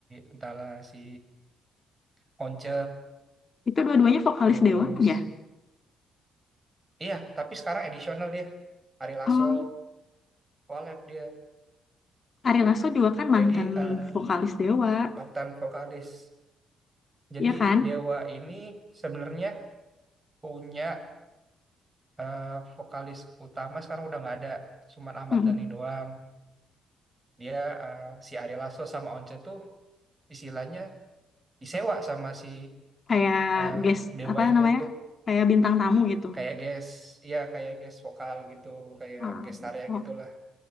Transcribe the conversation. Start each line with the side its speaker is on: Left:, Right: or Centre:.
Right: entahlah si Once,
Left: itu dua-duanya vokalis
Right: terus
Left: Dewa kan ya
Right: iya, tapi sekarang edisional dia. Ari Lasso
Left: oh
Right: collab dia.
Left: Ari Lasso juga kan mantan
Right: Jadi eh,
Left: vokalis Dewa
Right: mantan vokalis. Jadi
Left: ya kan
Right: Dewa ini sebenarnya punya eh, vokalis utama sekarang udah nggak ada, cuman Ahmad
Left: Mm-mm.
Right: Dhani doang. Dia eh, si Ari Lasso sama Once tuh istilahnya disewa sama si
Left: kayak
Right: eh,
Left: guest
Right: Dewa
Left: apa
Right: ini
Left: namanya
Right: untuk
Left: kayak bintang tamu gitu
Right: kayak guest, ya kayak guest vokal gitu, kayak
Left: ah,
Right: gestarnya
Left: oh,
Right: gitulah,